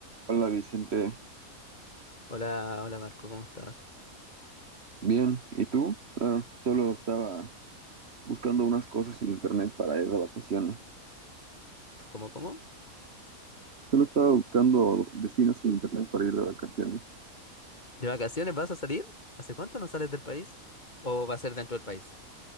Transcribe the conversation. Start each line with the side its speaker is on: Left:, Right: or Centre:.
Right: Hola Vicente,
Left: Hola, hola Marco, ¿cómo estás?
Right: bien, ¿y tú? Ah, solo estaba buscando unas cosas en internet para ir de vacaciones.
Left: ¿Cómo, cómo?
Right: Solo estaba buscando destinos en internet para ir de vacaciones.
Left: ¿De vacaciones vas a salir? ¿Hace cuánto no sales del país? ¿O va a ser dentro del país?